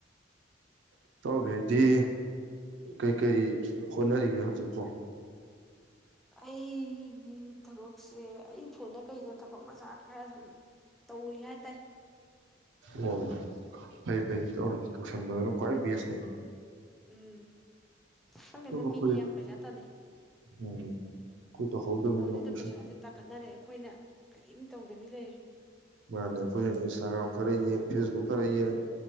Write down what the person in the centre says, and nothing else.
ꯑꯩꯒꯤ ꯊꯕꯛꯁꯦ ꯑꯩ ꯐꯣꯟꯗ ꯀꯩꯗ ꯊꯕꯛ ꯃꯆꯥ ꯈꯔ ꯁꯨꯝ ꯇꯧꯔꯤ ꯍꯥꯏ ꯇꯥꯏ
ꯎꯝ
ꯎꯝ ꯈꯪꯗꯦꯗ
ꯃꯤꯗꯤ ꯌꯥꯝ ꯄꯩꯁꯥ ꯇꯥꯟꯅꯩ
ꯐꯣꯟꯖꯤꯗ
ꯄꯩꯁꯥꯖꯦ ꯇꯥꯈꯠꯅꯔꯦ ꯑꯈꯣꯏꯅ ꯀꯔꯤꯝ ꯇꯧꯗꯕꯤ ꯂꯩ